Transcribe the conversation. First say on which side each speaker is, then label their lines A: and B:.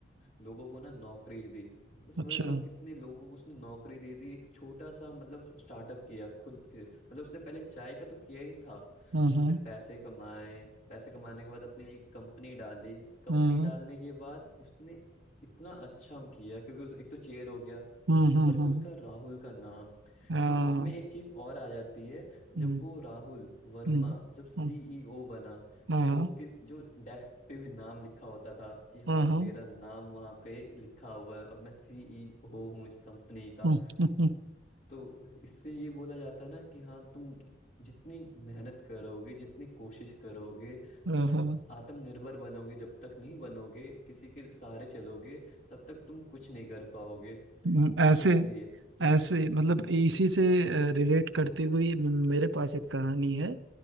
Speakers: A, on the left; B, on the right.
A: लोगों को ना नौकरी दी मतलब समझ
B: अच्छा
A: रहे हो कितने लोगों को उसने नौकरी दे दी एक छोटा सा मतलब स्टार्टअप किया खुद के मतलब उसने पहले चाय का तो किया ही था
B: हम्म
A: तो उसने
B: हम्म
A: पैसे कमाए पैसे कमाने के बाद अपनी एक कंपनी डाली कंपनी
B: हम्म
A: डालने के बाद उसने इतना अच्छा किया क्योंकि उस, एक तो चेयर हो गया उस
B: हम्म
A: ऊपर
B: हम्म
A: से उसका राहुल का नाम
B: हाँ
A: तो उसमें एक चीज और आ जाती है जब
B: हम्म
A: वो राहुल वर्मा
B: हम्म
A: जब सीईओ
B: हम्म,
A: बना
B: हाँ
A: तो उसके जो डेस्क पे भी नाम लिखा होता था कि हाँ
B: हम्म
A: मेरा
B: हम्म,
A: नाम वहाँ पे लिखा हुआ है अब मैं सीईओ हूँ इस कंपनी का
B: हम्म,
A: तो इससे ये बोला जाता है ना कि हाँ तुम जितनी मेहनत करोगे जितनी कोशिश करोगे
B: हाँ,
A: तुम आत्मनिर्भर बनोगे जब तक नहीं बनोगे किसी के सहारे चलोगे तब तक तुम कुछ नहीं कर पाओगे
B: हम्म,
A: तो
B: ऐसे
A: इसलिए अब
B: ऐसे मतलब
A: हम्म
B: इसी से रिलेट करते हुए म- मेरे पास एक कहानी है